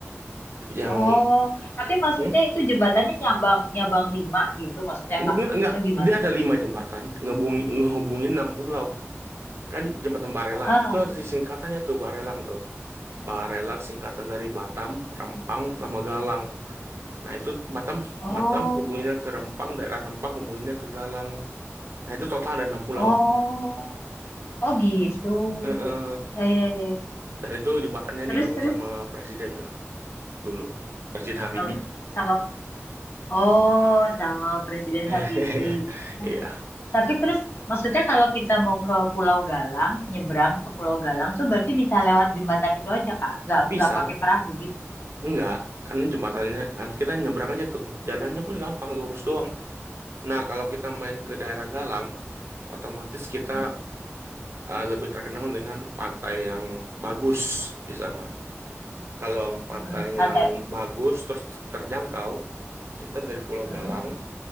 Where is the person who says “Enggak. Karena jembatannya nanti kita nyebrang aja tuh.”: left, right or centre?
Right